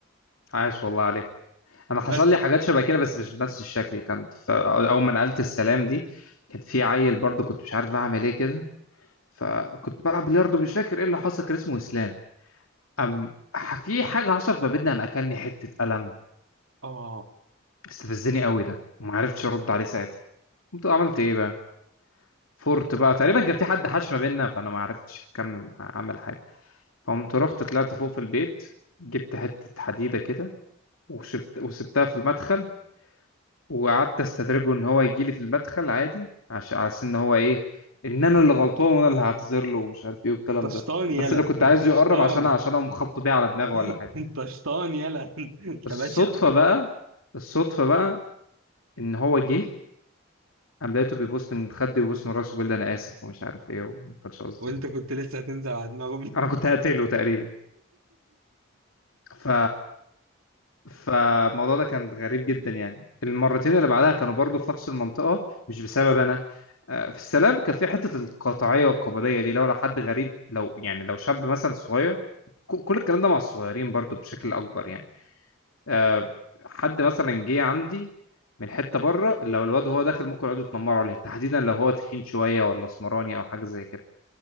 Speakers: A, on the left; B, on the right.
A: عاش والله عليك انا حصل
B: بس
A: لي حاجات شبه كده بس مش بنفس الشكل كانت ف- اول ما نقلت السلام دي كان في عيل برضو كنت مش عارف اعمل ايه كده فكنت بلعب بلياردو مش فاكر ايه اللي حصل كان اسمه اسلام ام ح- في حاجه حصلت ما بيننا قام اكلني حته قلم
B: اه
A: استفزني قوي ده وما عرفتش ارد عليه ساعتها قمت عملت ايه بقى فورت بقى تقريبا كان في حد حاش ما بيننا فانا ما عرفتش اكمل اعمل حاجه فقمت رحت طلعت فوق في البيت جبت حته حديده كده وسبت وسبتها في المدخل وقعدت استدرجه ان هو يجي لي في المدخل عادي عشان على أساس ان هو ايه ان انا اللي غلطان وانا اللي هعتذر له ومش عارف ايه والكلام
B: انت شطان
A: ده بس
B: يلا
A: انا كنت
B: انت
A: عايزه
B: شطان
A: يقرب عشان عشان اقوم خبطه بيه على دماغه
B: <laughs>
A: ولا حاجه
B: انت شطان يلا <laughs> انت
A: الصدفه
B: بشع
A: بقى الصدفه بقى ان هو جه قام لقيته بيبوست من خدي وبيبوست من راسه بيقول لي انا اسف ومش عارف ايه وما كانش قصدي
B: وانت كنت لسه هتنزل على دماغهم
A: انا
B: <laughs>
A: كنت هقتله تقريبا ف فالموضوع ده كان غريب جدا يعني المرتين اللي بعدها كانوا برضو في نفس المنطقة مش بسبب أنا آه، في السلام كان في حتة القطاعية والقبلية دي لو لو حد غريب لو يعني لو شاب مثلا صغير ك- كل الكلام ده مع الصغيرين برضو بشكل أكبر يعني آه، حد مثلا جه عندي من حتة بره لو الواد هو داخل ممكن يقعدوا يتنمروا عليه تحديدا لو هو تخين شوية ولا اسمراني أو حاجة زي كده